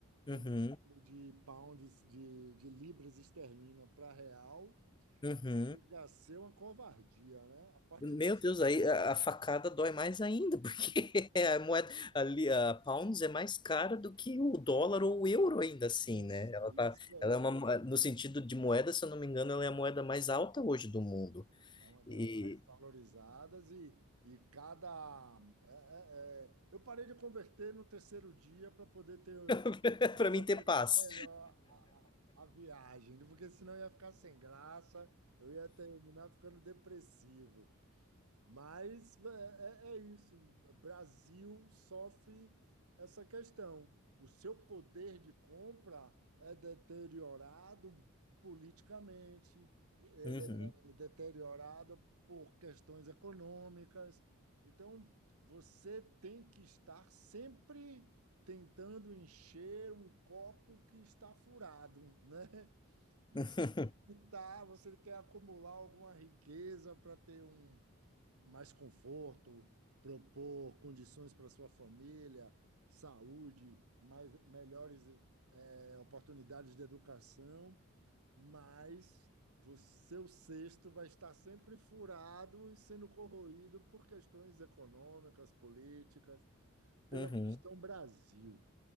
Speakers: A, on the right (about 85°); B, on the left (about 20°).
A: convertendo
B: uhum,
A: de pounds, de, de libras esterlina para real,
B: uhum.
A: chega a ser uma covardia, né? A partir
B: Meu
A: do
B: Deus, aí a a facada dói mais ainda, <laughs> porque é a moeda ali, a pounds é mais cara do que o dólar ou o euro ainda assim,
A: isso,
B: né? Ela tá,
A: isso aí.
B: ela é uma, mo- no sentido de moeda, se eu não me engano, ela é a moeda mais alta hoje do mundo.
A: É uma
B: E
A: das mais valorizadas e, e cada. é- é- é- Eu parei de converter no terceiro dia para poder ter
B: <laughs>
A: aproveitar
B: para mim ter paz.
A: melhor a, a, a viagem, porque senão eu ia ficar sem graça, eu ia terminar ficando depressivo. Mas é, é é isso. Brasil sofre essa questão. O seu poder de compra é deteriorado politicamente, ele
B: Uhum.
A: é deteriorado por questões econômicas. Então, você tem que estar sempre tentando encher um copo que está furado, né? Você
B: <laughs>
A: tá, você quer acumular alguma riqueza para ter um mais conforto, propor condições para sua família, saúde, mais melhores eh, oportunidades de educação, mas o seu cesto vai estar sempre furado e sendo corroído por questões econômicas, políticas, pela
B: Uhum.
A: questão Brasil.